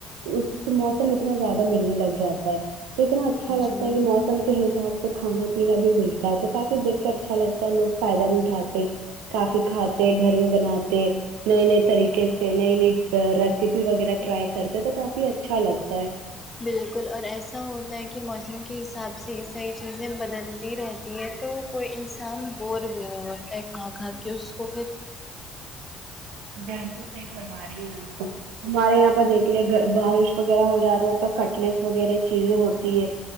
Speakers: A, on the right; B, on the left.
A: اس موسم اتنا زیادہ ملنے لگ جاتا ہے اتنا اچھا لگتا
B: جی
A: ہے کہ موسم کے حساب سے کھانا پینا بھی ملتا ہے تو کافی دیکھ کے اچھا لگتا ہے لوگ فائدہ بھی اٹھاتے کافی کھاتے گھر میں بناتے نئے نئی طریقے سے نئی نئی ریسیپی وغیرہ ٹرائی کرتے ہیں تو کافی اچھا لگتا ہے
B: بالکل اور ایسا ہوتا ہے کہ موسم کے حساب سے صحیح چیزیں بدلتی رہتی یہ تو کوئی انسان بور بھی نہیں ہوتا ہے کھا کھا کے اس کو پھر
A: بالکل صحیح فرما رہے ہیں آپ ہمارے یہاں پر دیکھ بارش وغیرہ ہو جائے تب خت پلیس وغیرہ چیزیں ہوتی ہے